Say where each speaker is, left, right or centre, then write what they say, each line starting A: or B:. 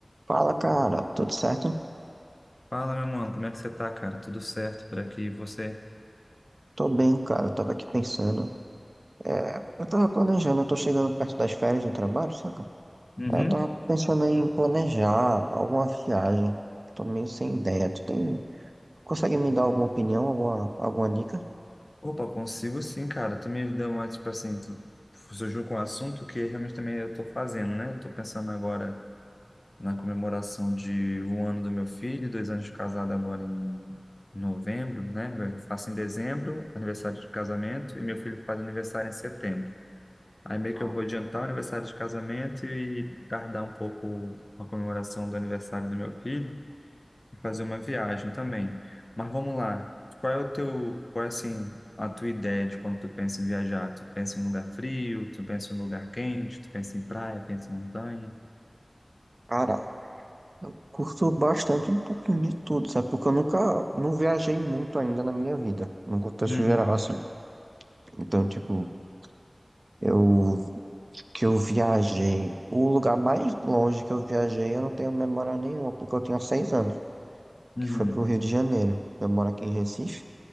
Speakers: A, on the right; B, on the left.
A: Fala, cara, tudo certo?
B: Fala, meu mano, como é que você tá, cara? Tudo certo por aqui? E você?
A: Tô bem, cara. Eu tava aqui pensando. É, eu tava planejando, eu tô chegando perto das férias do trabalho, saca?
B: Uhum.
A: Aí Eu tava pensando em planejar alguma viagem. Tô meio sem ideia. Tu tem, consegue me dar alguma opinião, alguma, alguma dica?
B: Opa, consigo sim, cara. Tu me deu uma, tipo assim, tu surgiu com um assunto que realmente também eu tô fazendo, né? Tô pensando agora na comemoração de um ano do meu filho, dois anos de casado agora em novembro, né? Eu faço em dezembro, aniversário de casamento, e meu filho faz aniversário em setembro. Aí meio
A: Ah.
B: que eu vou adiantar o aniversário de casamento e tardar um pouco a comemoração do aniversário do meu filho. fazer uma viagem também. Mas vamos lá. Qual é o teu, qual é assim, a tua ideia de quando tu pensa em viajar? Tu pensa em um lugar frio, tu pensa em um lugar quente, tu pensa em praia, pensa em montanha?
A: Cara, eu curto bastante um pouquinho de tudo, sabe? Porque eu nunca, não viajei muito ainda na minha vida, no contexto
B: Uhum,
A: geral, assim. Então, tipo, eu que eu viajei, o lugar mais longe que eu viajei, eu não tenho memória nenhuma, porque eu tinha seis anos,
B: uhum.
A: que foi pro Rio de Janeiro. Eu moro aqui em Recife,